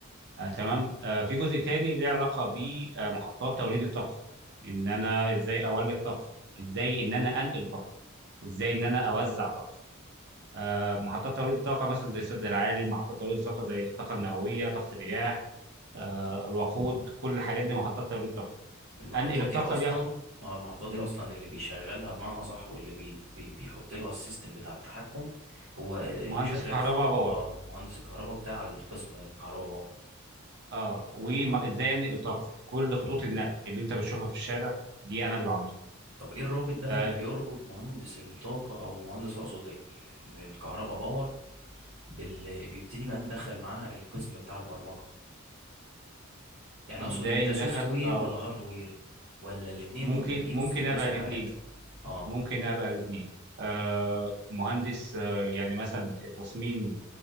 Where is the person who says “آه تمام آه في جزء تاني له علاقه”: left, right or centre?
Right